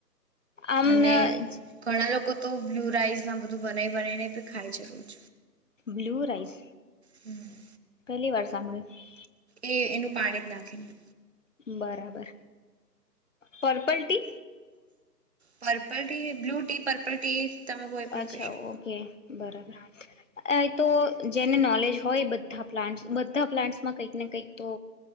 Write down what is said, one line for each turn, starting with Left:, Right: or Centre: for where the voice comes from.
Left: આમ
Right: અને
Left: નજ
Right: ઘણા લોકો તો બ્લુ રાઈસ ને બધું બનાઈ બનાઈ ખાય છે રોજ.
Left: Blue rice?
Right: હમ્મ.
Left: પહેલી વાર સાંભળ્યું
Right: એ એનું પાણી જ નાખીને.
Left: બરાબર purple tea?
Right: Purple tea, blue tea purple tea તમે કોઈ પણ
Left: અચ્છા
Right: કહી શકો
Left: ઓકે. બરાબર. અહ તો જેને નોલેજ હોય બધા પ્લાન્ટસ બધા પ્લાન્ટસમાં કંઈક ને કંઈક તો